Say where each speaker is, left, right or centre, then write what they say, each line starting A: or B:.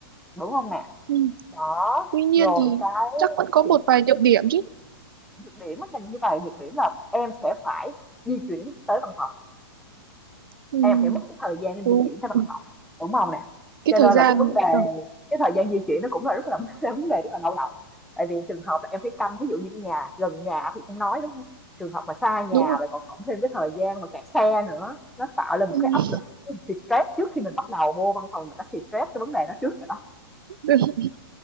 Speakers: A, in the centre; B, on the right (about 60°).
A: đúng không nè?
B: Ừ.
A: Đó,
B: Tuy nhiên
A: rồi
B: thì
A: cái
B: chắc vẫn có một
A: chị
B: vài nhược điểm chứ.
A: nhược điểm á là như vậy nhược điểm là em sẽ phải di chuyển tới văn phòng.
B: Ừ.
A: em phải mất cái thời gian em
B: Đúng.
A: di chuyển tới văn
B: Ừ.
A: phòng đúng không nè
B: Cái
A: cho
B: thời
A: nên
B: gian
A: là cái vấn đề
B: ờ,
A: cái thời gian di chuyển nó cũng là rất là <laughs> là vấn đề rất là đau đầu tại vì trường hợp là em phải canh thí dụ như cái nhà gần nhà thì không nói đúng không trường hợp mà xa nhà
B: đúng rồi.
A: rồi còn cộng thêm cái thời gian mà kẹt xe nữa nó tạo lên
B: Ừ.
A: một cái áp lực thì stress trước khi mình bắt đầu vô văn phòng mình đã xì stress cái vấn đề đó trước rồi đó
B: <laughs>